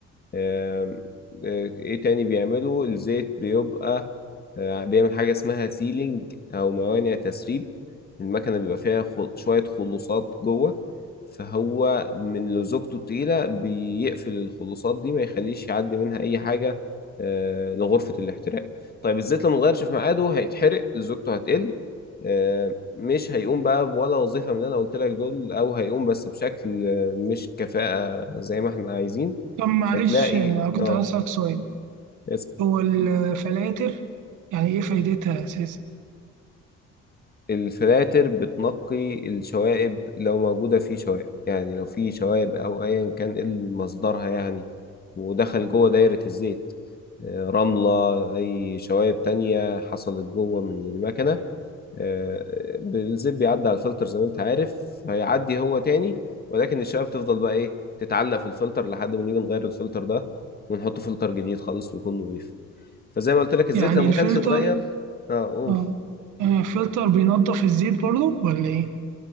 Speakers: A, on the left; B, on the right.
A: آم، آه، ايه تاني بيعمله الزيت بيبقى آه، بيعمل حاجة اسمها سيلينج او موانع تسريب المكنة بيبقى فيها خل- شوية خلوصات جوه فهو من لزوجته التقيلة بيقفل الخلوصات دي ما يخليش يعدي منها اي حاجة آه، لغرفة الاحتراق طيب الزيت لو متغيرش في ميعاده هيتحرق لزوجته هتقل آه، مش هيقوم بقى ولا وظيفة من اللي أنا قلت لك دول أو هيقوم بس بشكل مش كفاءة زي ما إحنا عايزين
B: طب معلش
A: فتلاقي
B: أنا كنت
A: آه
B: هسألك سؤال
A: اسأل
B: هو الفلاتر يعني إيه فايدتها أساسا؟
A: الفلاتر بتنقي الشوائب لو موجودة في شوائب يعني لو في شوائب أو أيا كان إيه مصدرها يعني ودخل جوه دايرة الزيت آه، رملة أي شوائب تانية حصلت جوه من المكنة آه، بالزيب بيعدي على الفلتر زي ما انت عارف هيعدي هو تاني ولكن الشباب تفضل بقى ايه تتعلق في الفلتر لحد ما نيجي نغير الفلتر ده ونحط فلتر جديد خالص ويكون نظيف فزي ما قلت لك الزيت
B: يعني
A: لو ما
B: الفلتر
A: كانش اتغير اه قول
B: أه آه، الفلتر بينضف الزيت برضه ولا إيه؟